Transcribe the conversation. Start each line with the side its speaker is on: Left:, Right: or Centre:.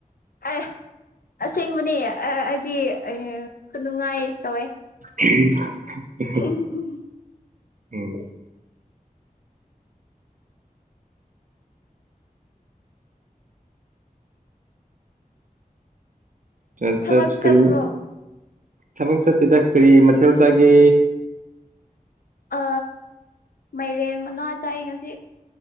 Left: ꯑꯦ ꯑꯁꯦꯡꯕꯅꯦ ꯑꯩꯗꯤ ꯈꯨꯅꯨꯡꯉꯥꯏ ꯇꯧꯋꯦ
Right: <unintelligible>
Left: ꯎ <unintelligible>
Right: ꯎꯝ ꯆꯠ
Left: ꯊꯕꯛ
Right: ꯀꯔꯤ
Left: ꯆꯠꯄ꯭ꯔꯣ
Right: ꯊꯕꯛ ꯆꯠꯇꯦꯗ ꯀꯔꯤ ꯃꯊꯦꯜ ꯆꯥꯒꯦ
Left: ꯑ ꯃꯥꯏꯔꯦꯟ ꯃꯅꯥ ꯆꯥꯏ ꯉꯁꯤ